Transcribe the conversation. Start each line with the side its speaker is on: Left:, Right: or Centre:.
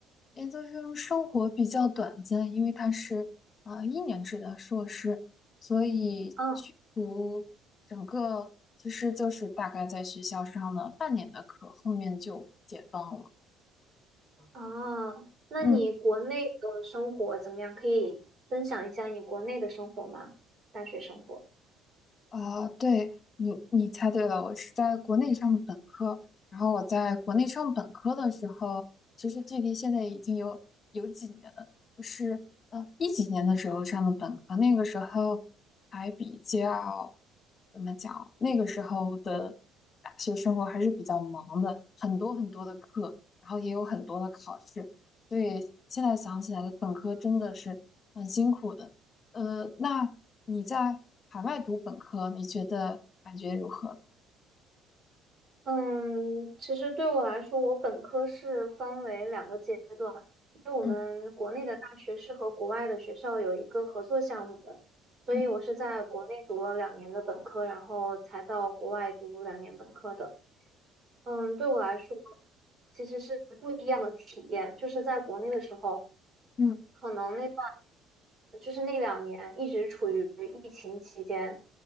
Left: 研究生生活比较短暂，因为它是呃一年制的硕士，所以去读整个其实就是大概在学校上了半年的课，
Right: 嗯，
Left: 后面就解放了。
Right: 啊，那你国内的生活怎么样？
Left: 嗯。
Right: 可以分享一下你国内的生活吗？大学生活。
Left: 啊，对你，你猜对了，我是在国内上的本科，然后我在国内上本科的时候，其实距离现在已经有有几年了，我是呃一几年的时候上的本科，那个时候还比较怎么讲，那个时候的大学生活还是比较忙的，很多很多的课，然后也有很多的考试，所以现在想起来，本科真的是很辛苦的。呃，那你在海外读本科，你觉得感觉如何？
Right: 嗯，其实对我来说，我本科是分为两个阶段，因为我们国内的大学是和国外的学校有一个合作项目的，
Left: 嗯
Right: 所以我是在国内读了两年的本科，
Left: 嗯
Right: 然后才到国外读两年本科的。嗯，对我来说，其实是不一样的体验，就是在国内的时候，
Left: 嗯
Right: 可能那。就是那两年一直处于疫情期间，